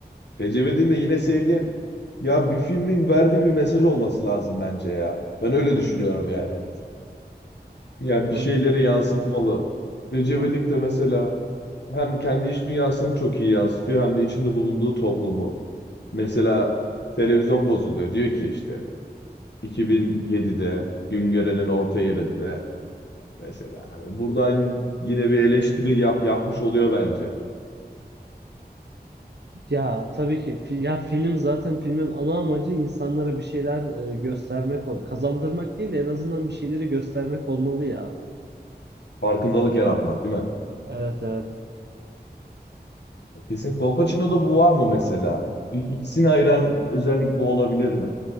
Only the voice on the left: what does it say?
Recep de yine sevdiğim ya bir filmin verdiği bir mesaj olması lazım bence ya. Ben öyle düşünüyorum yani. Yani
bir şeyleri yansıtmalı. Recep
İvedik de mesela hem kendi iç dünyasını çok iyi yansıtıyor hem de içinde bulunduğu toplumu. Mesela televizyon bozuluyor. Diyor ki işte 2007'de Güngören'in orta yerinde mesela. Hani buradan yine bir eleştiri yap- yapmış oluyor bence.
Farkındalık yaratmak değil mi?
E, Kesin. Kolpaçino'da bu var mı mesela? İ- İkisini ayıran özellik bu olabilir mi?